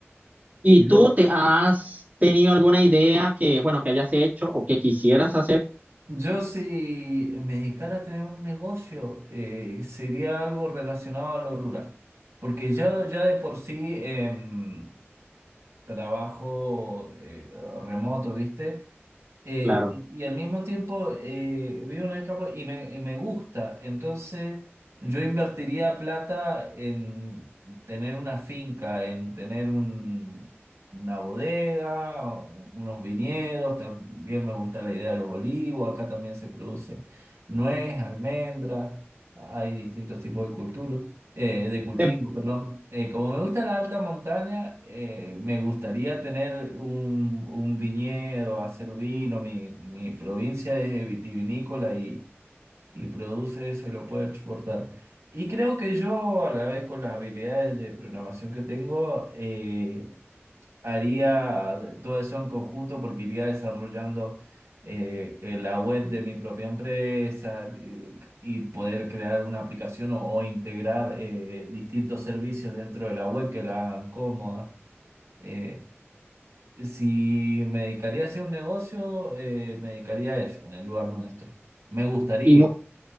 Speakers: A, on the right; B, on the right.
A: ¿Y
B: Yo,
A: tú te has tenido alguna idea que, bueno, que hayas hecho o que quisieras hacer?
B: yo si me dedicara a tener un negocio, eh, sería algo relacionado a lo rural, porque ya, ya de por sí... em, trabajo eh, remoto, ¿viste? Eh,
A: Claro.
B: y y al mismo tiempo eh, vivo en el campo y me, y me gusta. Entonces yo invertiría plata en tener una finca, en tener un, una bodega, unos viñedos. También me gusta la idea de los olivos. Acá también se produce nuez, almendra. Hay distintos tipos de cultura eh, de cultivo,
A: Te-
B: perdón. Eh, como me gusta la alta montaña, eh, me gustaría tener un, un viñedo, hacer vino. Mi, mi provincia es vitivinícola y, y produce eso y lo puede exportar. Y creo que yo, a la vez con las habilidades de programación que tengo, eh, haría todo eso en conjunto porque iría desarrollando eh, eh, la web de mi propia empresa eh, y poder crear una aplicación o, o integrar eh, distintos servicios dentro de la web que la hagan cómoda. Eh, si me dedicaría a hacer un negocio, eh, me dedicaría a eso, en el lugar donde estoy. Me gustaría,
A: y,